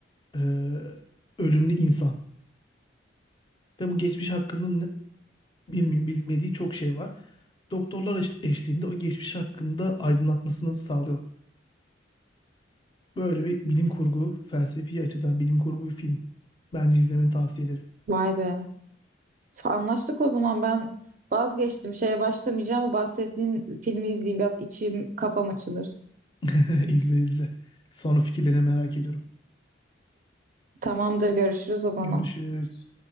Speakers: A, on the left (about 25°); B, on the right (about 45°).
A: e, ölümlü insan. Ve bu geçmiş hakkında bilmiyor, bilmediği çok şey var. Doktorlar eş- eşliğinde o geçmiş hakkında aydınlatmasını sağlıyor. Böyle bir bilim kurgu, felsefi açıdan bilim kurgu bir film. Bence izlemeni tavsiye ederim.
B: Vay be. Anlaştık o zaman ben vazgeçtim. Şeye başlamayacağım. Bu bahsettiğin filmi izleyeyim. Biraz içim kafam açılır.
A: <laughs> İzle izle. Sonra fikirlerini merak ediyorum.
B: Tamamdır görüşürüz o zaman.
A: Görüşürüz.